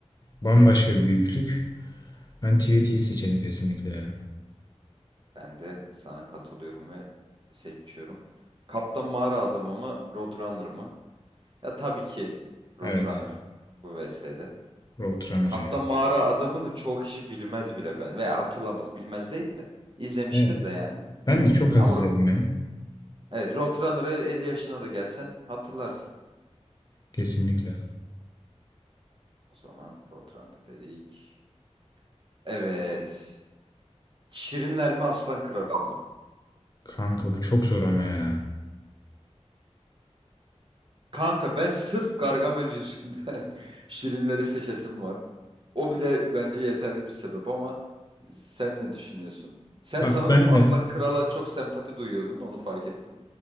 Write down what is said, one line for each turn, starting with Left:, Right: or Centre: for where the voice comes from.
Left: Bambaşka
Right: Hı hı.
Left: bir büyüklük. Ben Tweet'i seçerim kesinlikle ya.
Right: Ben de sana katılıyorum ve seçiyorum. Kaptan Mağara Adamı mı, Roadrunner mı? Ya tabii ki Roadrunner
Left: Evet.
Right: bu VS'de.
Left: Roadrunner
Right: Kaptan
Left: ya.
Right: Mağara Adamı'nı çoğu kişi bilmez bile ben veya hatırlamaz, bilmez değil de izlemiştir
Left: Evet.
Right: de yani.
Left: Ben de çok az
Right: Ama
Left: izledim
Right: ro-
Left: ya.
Right: evet Roadrunner'ı 50 yaşına da gelsen hatırlarsın.
Left: Kesinlikle.
Right: O zaman Roadrunner dedik. Evet. Şirinler mi Aslan Kral mı?
Left: Kanka bu çok zor ama ya.
Right: Kanka ben sırf Gargamel yüzünden <laughs> şirinleri seçesim var. O bile bence yeterli bir sebep ama sen ne düşünüyorsun? Sen
Left: Bak
Right: sanırım
Left: ben
Right: Aslan
Left: de
Right: Kral'a çok sempati duyuyordun, onu fark ettim.